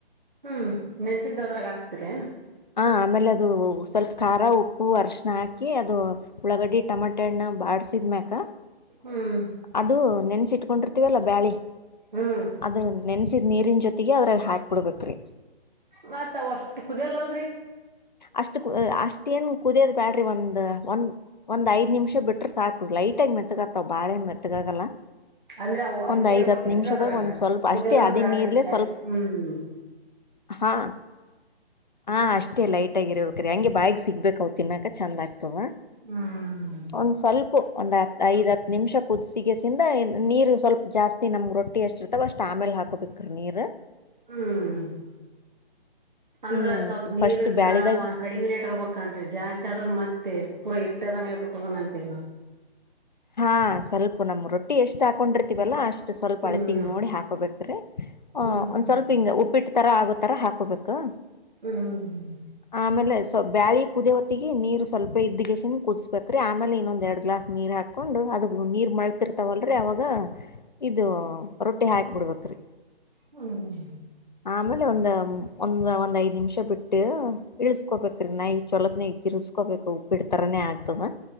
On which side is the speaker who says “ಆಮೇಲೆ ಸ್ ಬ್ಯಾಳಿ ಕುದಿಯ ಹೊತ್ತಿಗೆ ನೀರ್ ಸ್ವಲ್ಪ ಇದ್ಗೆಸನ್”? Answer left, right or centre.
Left